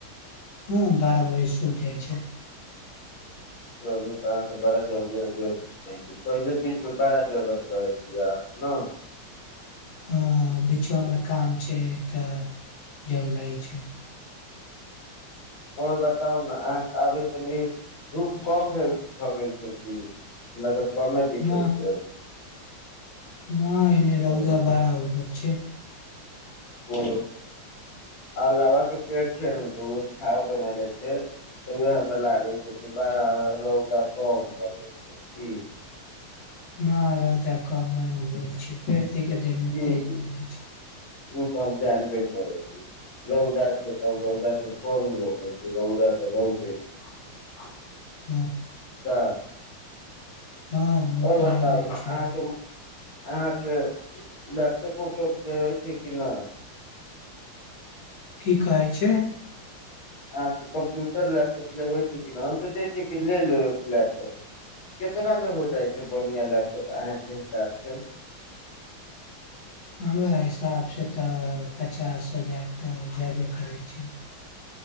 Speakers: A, on the left (about 90°); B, on the left (about 70°).
A: हँ बारह बजे सुति जाइ छै
B: चलू त आहाँ त बड़ा जल्दी जलद पहिले बीच मे बड़ा जगत रहै छियै आ न
A: ह बीचो मे काम छै तऽ जल नय छै
B: आओर बताउ न अहाॅंके आबय सॅं नीक धूप कम भेल भो गेल छैय की हमरा तऽ कम्मे
A: न
B: दिखै छैय अभी
A: न एने रौअदा
B: ओ
A: बाड़ा उगल छै
B: ओ लवा के पेड़ छै ने तऽ ओ छाव बनेले छै तऽ उएह हमे लागे छै कि बड़ा रौदा कम भो गेल छै की
A: न रौदा कम नै भेल छै फेड़ तनिके देर में
B: जी
A: तेज
B: जी
A: होय जाय छै
B: उ त हम जानबे करै छी रौदा छै तब रौदा के कोन रोकय छै रौदा तऽ रौदे छै
A: <unintelligible> <unintelligible>
B: त
A: हँ हॅं उ
B: और
A: तऽ
B: बताउ
A: आले
B: ने
A: छैय
B: अहाँके अहाँके लैपटॉपोटॉप अयछे की ना
A: की कहै छियै
B: अहाॅंके कम्प्यूटर लैपटॉप लेबे छय की ना हम सोचै छियै की ले लूं एक लैपटॉप केतना में हो जाइ छै बनिंया लैपटॉप अहाँके हिसाब से
A: हम्मरा हिसाबसँ तऽ पचास हजार तऽ जायबे करैय छै